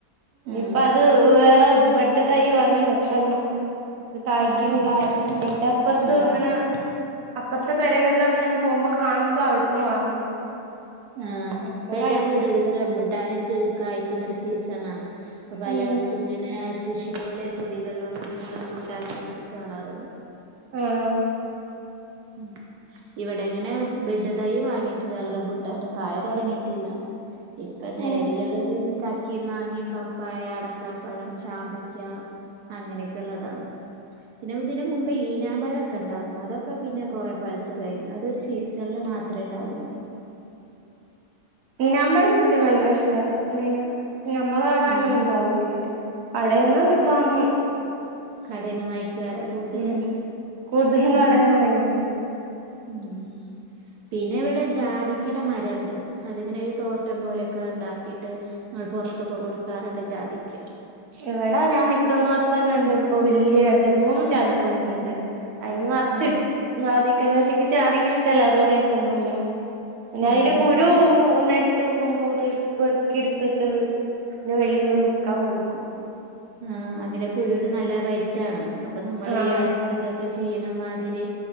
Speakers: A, on the right (about 75°); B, on the right (about 45°).
A: ആ
B: ഇപ്പൊ അത് വേറെ ബഡ് തൈ വാങ്ങി വെക്കണം ഇത് കായ്ക്കുന്നില്ല
A: ആ കായ്ക്കണില്ല
B: എന്നിട്ട് അപ്പുറത്ത്
A: എന്റെ
B: ഇങ്ങനെ
A: അപ്പുറത്ത്
B: അപ്പുറത്തെ പെരകളിലൊക്കെ ഇങ്ങനെ പോകുമ്പോ കാണുമ്പോ അവിടുന്ന് വാങ്ങും
A: ആ.
B: അപ്പൊ
A: ഇപ്പൊ
B: കഴിക്കും
A: എല്ലാ വീടുകളും റംബൂട്ടാൻ കായ്ക്കുന്ന സീസൺ ആണ് അപ്പൊ പലയിടത്തും
B: ഉം
A: ഇങ്ങനെ കൃഷി പോലെ തൊടികളിലൊക്കെ റംബൂട്ടാൻ ഉണ്ടാക്കി കാണാറുണ്ട്
B: ആഹ്
A: ഉം ഇവിടെ എങ്ങനെ ബെഡ് തൈ വാങ്ങിച്ചതാ റംബൂട്ടാന്റെ കായ തുടങ്ങിട്ടില്ല ഇപ്പൊ നിലവിലുള്ളത
B: ഉം
A: ചക്കയും മാങ്ങിയും പപ്പായ അടക്കാപ്പഴം ചാമ്പയ്ക്ക അങ്ങനെയൊക്കെ ഉള്ളതാണ് പിന്നെ ഇതിനന് മുമ്പ് ഈനാമ്പഴൊക്കെ ഉണ്ടായിരുന്നു അതൊക്കെ ഒക്കെ പിന്നെ കൊറെ പഴുത്ത കഴിഞ്ഞു അതൊരു സീസണില് മാത്രമേ ഉണ്ടാവുന്നുള്ളൂ
B: നാുമമ്പ എനിക്ക് നല്ല ഇഷ്ടമാണ് പിന്ന നമ്മൾ അവിടെ
A: ഉം
B: അങ്ങനെ ഇണ്ടാവൂില്ല അടെന്ന് വാങ്ങും
A: കടയിൽന്ന് മഴക്കുവരാ കൂടുതല്
B: ഉം കൂടുതലും
A: ഉ
B: കടേന്ന് വാങ്ങിക്കും
A: ഉം പിന്നെ ഇവിടെ ജാതിക്കട മരംുണ്ട് അതിങ്ങനെ ഒരു തോട്ടം പോലെയൊക്കെ ഉണ്ടാക്കിട്ട് പുറത്തൊക്കെ കൊടുക്കാറുണ്ട് ജാതിക്ക്
B: എവിടൊ ഞാൻ നിിക്കുന്നോടത്ത് തന്നെ ഇണ്ട് ഇപ്പൊ വലിയരുണ്ട് മൂന്നും ജാതിക്കന്മാരുണ്ട് അയി്മ മറച്ച്ട്ട്
A: ഉം
B: ആദിക്ക വശ ആദിക്ക ഇഷ്ടമല്ല അതോടിയാതൊന്നുമല്ല എന്നന്റെ
A: ആഹ്
B: കുരു തൂവുമ്പോത് പെറുക്കി എടുത്തിട്ട് വെള്ളിന്ന് വിൽക്കാൻ കൊടുക്കും
A: ആ അതിന്റെ കുരുവിന നല്ല റേറ്റ് ആണ് അപ്പൊ നമ്മൾ
B: ആഹ്
A: ഈ അടക്കി ഇതൊക്കെ ചെയ്യണംമാതിരി